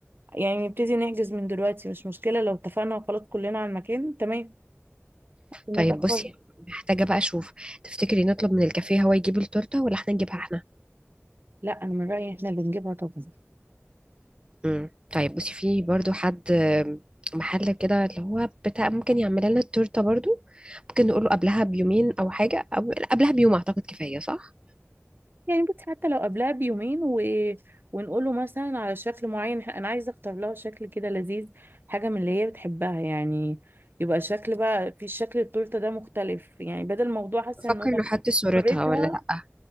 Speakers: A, on the right (about 45°); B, on the right (about 20°).
A: يعني نبتدي نحجز من دلوقتي مش مشكلة لو اتفقنا وخلاص كلنا على المكان تمام وما
B: طيب
A: تأخري
B: بصي محتاجه بقى اشوف تفتكري نطلب من الكافيه هو يجيب التورته ولا احنا نجيبها احنا
A: لا انا من رأيي احنا اللي نجيبها طبعا
B: مم. طيب بصي في برضو حد آم، محل كده اللي هو بتاع ممكن يعمل لنا التورته برضو ممكن نقوله قبلها بيومين او حاجه او لا، قبلها بيوم اعتقد كفايه صح
A: يعني بصي حتى لو قبلها بيومين و... ونقوله مثلا على شكل معين انا عايزة اختار لها شكل كده لذيذ حاجة من اللي هي بتحبها يعني يبقى شكل بقى في شكل التورته ده مختلف يعني بدل الموضوع حاسه
B: بفكر
A: ان هو
B: لو حط صورتها
A: طريقتها
B: ولا لا